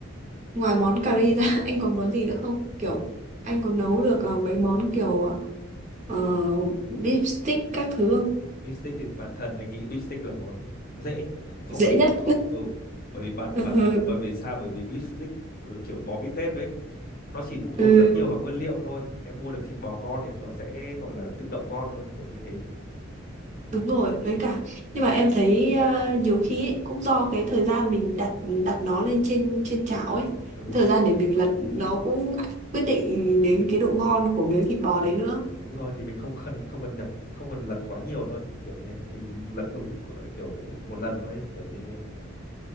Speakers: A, on the right; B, on the left.
A: ngoài món cà ri ra <laughs> anh còn món gì nữa không? Kiểu anh có nấu được uh, mấy món kiểu uh, deep stick các thứ không?
B: beef stick thì bản thân anh nghĩ beef stick là món dễ không không
A: Dễ
B: phải là
A: nhất.
B: món khó ừ bởi vì bạn
A: <laughs>
B: bảo bởi vì sao bởi vì beef stick ừ, kiểu bò bít tết đấy nó chỉ phụ
A: Ừ,
B: thuộc rất nhiều vào nguyên liệu thôi em mua được thịt bò ngon thì nó sẽ gọi là tự động ngon thôi kiểu như thế
A: đúng rồi, với cả nhưng mà em thấy uh, nhiều khi ấy, cũng do cái thời gian mình đặt đặt nó lên trên trên chảo ấy,
B: ừ
A: thời gian để mình lật nó cũng quyết định đến cái độ ngon của miếng thịt bò đấy nữa.
B: đúng rồi thì mình không cần không cần nhập không cần lật quá nhiều thôi kiểu như thế mình lật đúng cỡ- kiểu một lần thôi ấy, kiểu như thế